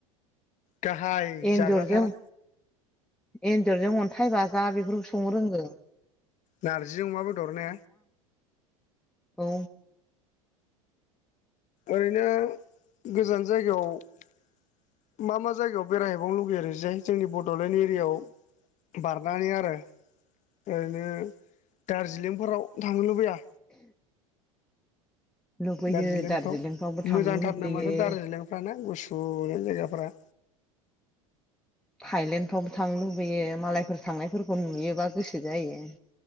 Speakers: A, on the left; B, in the centre.
A: गाहाय
B: एन्जरजों
A: जाग्रााथार
B: एन्जरजों अन्थाइ बाजाब बेफोरखौ संनो रोंङो
A: नारजिजों अमा बेदर ने
B: औ
A: ओरैनो गोजान जायगायाव मा मा जायगायाव बेरायहैबावनो लुगैयो ओरैजाय जोंनि बड'लेण्ड एरियायाव बारनानै आरो ओरैनो दार्जिलिं फोराव थांनो लुबैया
B: लुबैयो
A: दार्जिलिंफ्राव
B: दार्जिलिंफ्रावबो थांनो
A: मोजांथार
B: लुबैयो
A: नामाथ' दार्जिलिं फ्राना गुसु जायगाफ्रा
B: थाइलेण्डफ्राव थांनो लुबैयो मालायफोर थांनायफोरखौ नुयोबा गोसो जायो